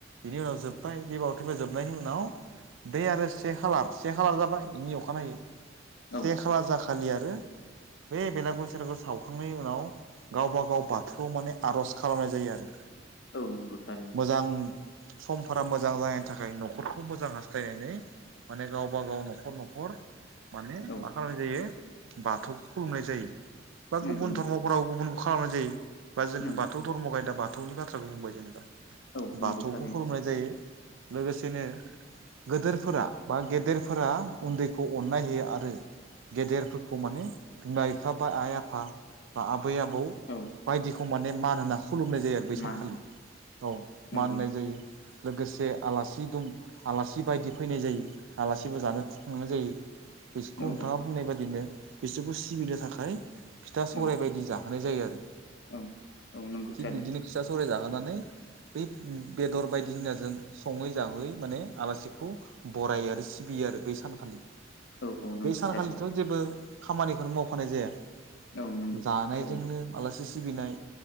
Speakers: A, on the right (about 80°); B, on the left (about 60°).
A: बिनि उनाव जोब्बाय बे बावथिफ जोबनायनि उनाव बे आरो से खालार से खालार जाबाय बेनि अखानायै से
B: औ
A: खाला जाखालि आरो बे बेलागुर सेलागुर सावखांनायनि उनाव गावबा गाव बाथौआव माने आर'ज खालामनाय जायो आरो
B: औ नंगौ थारैनो
A: मोजां समफोरा मोजां जानायनि थाखाय न'खरखौ मोजां हास्थायनानै माने गावबा गाव न'खर न'खर माने
B: औ
A: मा खालामनाय जायो बाथौखौ खुलुमनाय जायो बा
B: नंगौ
A: गुबुन
B: नंगौ
A: धर्माव हराव गुबुनखौ खालामनाय जायो बा जों
B: नंगौ
A: बाथौ धर्म खायदा बाथौनि बाथ्राखौ बुंबाय जेनेबा
B: औ नंगौ
A: बाथौखौ
B: थारैनो
A: खुलुमनाय जायो लोगोसेनो गेदेरफोरा बा गेदेरफोरा उन्दैखौ अननाय होयो आरो गेदेरफोरखौ माने बिमा बिफा बा आइ आफा बा आबै आबौ
B: औ
A: बायदिखौ माने मान होना खुलुमनाय जायो आरो बै सानखालि
B: मान
A: औ
B: नंगौ
A: मा होननाय जायो लोगोसे आलासि दं आलासि बायदि फैनाय जायो आलासिबो जानो थांनाय जायो। बिसोरखौ
B: औ
A: नोंथाङा
B: औ
A: बुंनाय बाददिनो बिसोरखौ सिबिनो थाखाय फिथा सराय
B: औ
A: बायदि जाहोनाय जायो आरो
B: औ औ नंगौ
A: थिग
B: थारैनो
A: बिदिनो फिसा सौराय जाहोनानै बै बेदर बायदि होनना जों सङै जाहोयै माने आलासिखौ बरायो आरो सिबियो आरो बै सानखालि
B: औ औ नंगौ
A: बे सानखालिथ'
B: थारैनो
A: जेबो खामानिखौनो मावखानाय जाया।
B: औ नंगौ
A: जानायजोंनो
B: थारैनो
A: मालासे सिबिनाय